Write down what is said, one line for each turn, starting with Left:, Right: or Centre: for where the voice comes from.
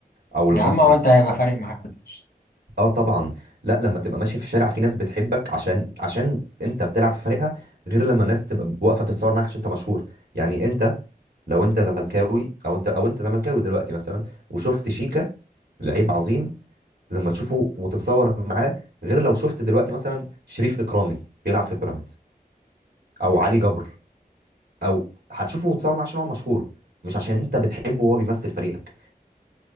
Right: او
Left: يا
Right: المصري
Left: عم هو انت هيبقى فارق معاك فلوس.
Right: اه طبعا لا لما تبقى ماشي في الشارع في ناس بتحبك عشان عشان انت بتلعب في فريقها غير لما الناس تبقى واقفة تتصور معاك عشان انت مشهور يعني انت لو انت زملكاوي او انت او انت زملكاوي دلوقتي مثلا وشفت شيكا لعيب عظيم لما تشوفه وتتصور معاه غير لو شفت دلوقتي مثلا شريف إكرامي بيلعب في بيراميدز او علي جبر او هتشوفه وتتصور معاه عشان هو مشهور مش عشان انت بتحبه وهو بيمثل فريقك